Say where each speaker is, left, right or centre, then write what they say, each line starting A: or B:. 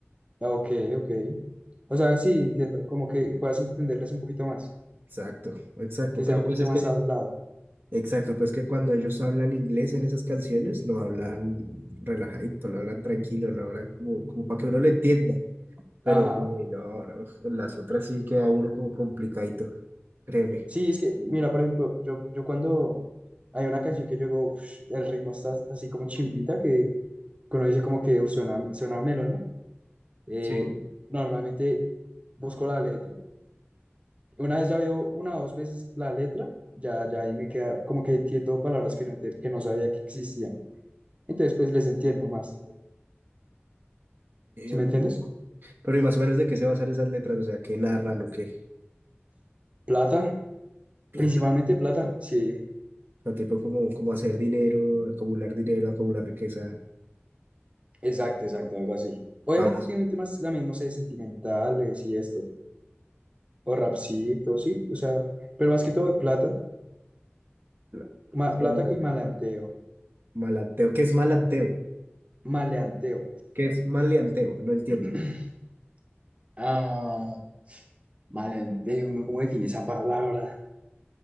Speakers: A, on the right; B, on the right.
A: Ah, Ok, ok. O sea, sí, entiendo, como que puedas entenderles un poquito más,
B: exacto, exacto,
A: que
B: pero
A: sea un poquito
B: pues es
A: más
B: que,
A: hablado.
B: exacto, pues que cuando ellos hablan inglés en esas canciones, lo hablan relajadito, lo hablan tranquilo, lo hablan como, como para que uno lo entienda, pero
A: Ajá.
B: uy, no, no, las otras sí queda uno como complicadito, créeme,
A: Sí, es que, mira, por ejemplo, yo, yo cuando hay una canción que yo digo, "Ush, el ritmo está así como chimbita, que que uno dice como que "Uf, suena, suena melo, ¿no? Eh,
B: sí, ok,
A: normalmente busco la letra. Una vez ya veo una o dos veces la letra, ya, ya ahí me queda, como que entiendo palabras que no, ente- que no sabía que existían. Entonces, pues les entiendo más. ¿Sí me
B: ok.
A: entiendes?
B: Pero y más o menos de qué se basan esas letras, o sea, qué narran o qué,
A: Plata,
B: plata,
A: principalmente plata, sí.
B: o sea, tipo como, como hacer dinero, acumular dinero, acumular riqueza.
A: Exacto, exacto, algo así. Obviamente
B: Ah,
A: tiene temas también, no sé, sentimentales y esto, o rapcitos, sí, o sea, pero más que todo de plata,
B: la-
A: ma-
B: solo
A: plata y maleanteo,
B: malanteo. ¿Qué es malanteo?
A: maleanteo.
B: ¿Qué es maleanteo? No entiendo.
A: <clears throat> Ah, maleanteo, ¿no? ¿Cómo define esa palabra?